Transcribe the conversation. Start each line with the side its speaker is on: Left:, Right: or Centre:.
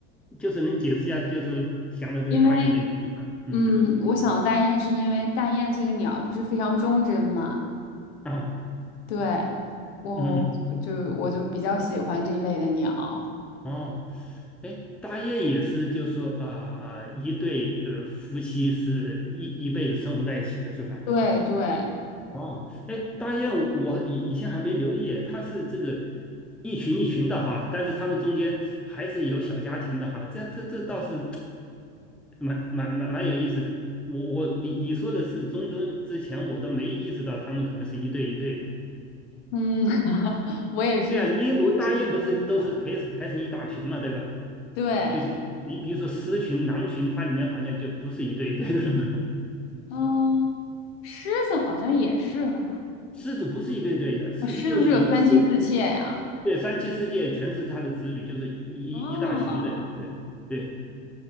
Centre: 就是能解释一下，就是想到这个大雁的原因吗？
Left: 因为
Centre: 嗯
Left: 嗯，我想到大雁是因为大雁这个鸟不是非常忠贞嘛，
Centre: 啊
Left: 对，我就就我就比较喜欢这类的鸟，
Centre: 嗯哦，哎，大雁也是，就是说啊啊、一对呃夫妻是一一辈子生活在一起的，是吧？
Left: 对对，
Centre: 哦，哎，大雁，我以以前还没留意，它是这个一群一群的哈，但是它们中间还是有小家庭的哈，这这这倒是蛮蛮蛮蛮有意思的。我我你你说的是中贞之前，我都没意识到他们可能是一对一对的。
Left: 嗯，<laughs> 我也是不喜欢们讲
Centre: 对啊，因为我大雁不是都是排排成一大群嘛，对吧？
Left: 对，
Centre: 就像你比如说狮群、狼群，它里面好像就不是一对一对的了，
Left: 嗯，狮子好像也是吧，
Centre: <laughs> 狮子不是一对对的，狮子就是一个狮。
Left: 啊狮子是有三妻四妾呀，
Centre: 对，三妻四妾全是他的子女，就是一一一大群的，
Left: 啊
Centre: 对对，